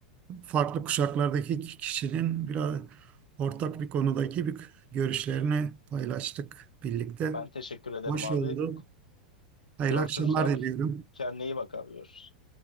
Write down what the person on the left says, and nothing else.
Ben teşekkür ederim
abi.
Görüşürüz
abi.
Kendine iyi bak abi görüşürüz.